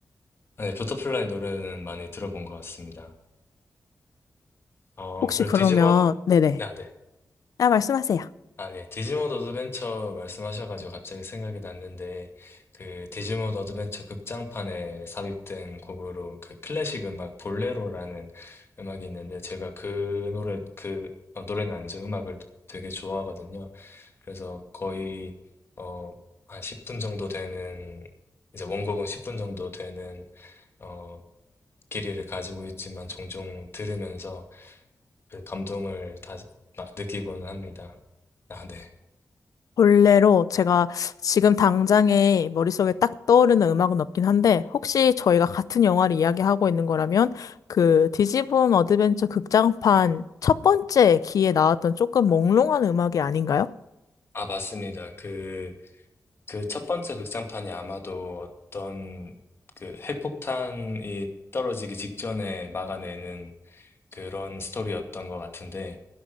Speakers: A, on the left (about 45°); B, on the left (about 80°).
A: 아, 네, 버터플라이 노래는 많이 들어본 것 같습니다. 어,
B: 혹시
A: 그리고
B: 그러면
A: 디지몬,
B: 네네.
A: 아, 네.
B: 아, 말씀하세요.
A: 아, 네. 디지몬 어드벤처 말씀하셔가지고 갑자기 생각이 났는데, 그 디지몬 어드벤처 극장판에 삽입된 곡으로 그 클래식 음악 볼레로라는 음악이 있는데, 제가 그 노래, 그, 어, 노래는 아니죠. 음악을 되게 좋아하거든요. 그래서 거의 어, 한 10분 정도 되는 이제 원곡은 10분 정도 되는 어, 길이를 가지고 있지만 종종 들으면서 그 감동을 다 막 느끼고는 합니다. 아, 네.
B: 본래로 제가 지금 당장에 머릿속에 딱 떠오르는 음악은 없긴 한데, 혹시 저희가 같은 영화를 이야기하고 있는 거라면, 그 디지붐 어드벤처 극장판 첫 번째 기에 나왔던 조금 몽롱한 음악이 아닌가요?
A: 아, 맞습니다. 그, 그 첫 번째 극장판이 아마도 어떤 그 핵폭탄이 떨어지기 직전에 막아내는 그런 스토리였던 것 같은데